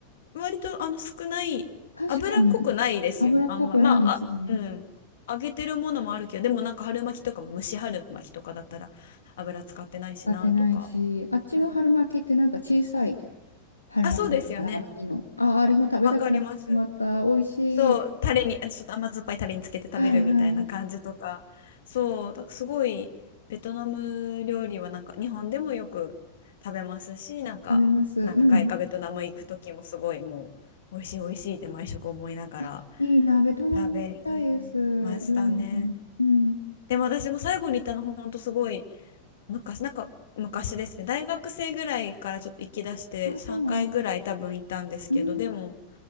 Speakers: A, on the left; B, on the left.
A: が割とあの少ない、
B: 確かに、
A: 油っこくないですよね。
B: 油っぽくないですよね。
A: あんま、まあ、あ、うん。揚げてるものもあるけど、でもなんか春巻きとかも蒸し春巻きとかだったら油使ってないしなとか。
B: 使ってないし、あっちの春巻きってなんか小さい
A: うん
B: 春巻きじゃないですか。
A: あ、そうですよね。
B: なんか麦の。あ、あれも食べたくなってしまった。
A: わかります。
B: 美味しい。
A: そう、タレに、あちょっと甘酸っぱいタレにつけて食べるみたいな感じとか。
B: はいはい。食
A: そう、だからすごいベトナム料理はなんか日本でもよく食べますし、なんか何回かベトナム行く時もすごいもう美味しい美味しいって毎食思いながら。
B: べます。うん。あ、いいな。ベトナム行きたいです。
A: 食べてましたね。
B: 料理のために。うん。
A: でも私も最後に行ったのほんとすごい昔、なんか昔ですね。大学生ぐらいからちょっと行き出して3回ぐらい多分行ったんですけど、
B: あ、そうなんです。うん。
A: でも